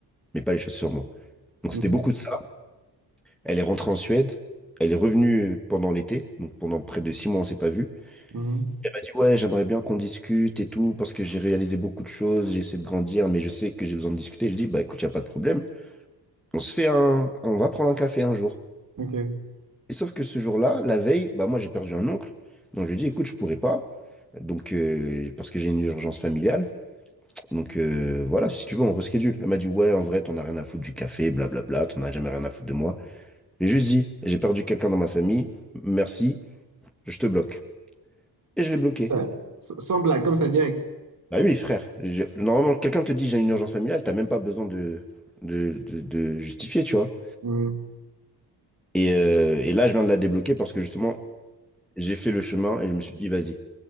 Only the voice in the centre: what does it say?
mais pas les choses sur moi. Donc
c'était beaucoup de ça. Elle est rentrée en Suède, elle est revenue pendant l'été, donc pendant près de six mois on s'est pas vu.
Elle m'a dit, ouais, j'aimerais bien qu'on discute et tout, parce que j'ai réalisé beaucoup de choses, j'ai essayé de grandir, mais je sais que j'ai besoin de discuter. Je dis, bah écoute, y a pas de problème. On se fait un, on va prendre un café un jour.
Et sauf que ce jour-là, la veille, bah moi j'ai perdu un oncle, donc je lui ai dit écoute je pourrais pas, donc euh, parce que j'ai une urgence familiale, donc euh, voilà si tu veux on reschedule. Elle m'a dit ouais en vrai t'en as rien à foutre du café, blablabla, t'en as jamais rien à foutre de moi. J'ai juste dit j'ai perdu quelqu'un dans ma famille, merci, je te bloque. Et je l'ai bloqué.
Bah oui frère, j'ai- normalement quelqu'un te dit j'ai une urgence familiale, t'as même pas besoin de de, de, de justifier tu vois.
Et, euh, et là je viens de la débloquer parce que justement J'ai fait le chemin et je me suis dit, vas-y,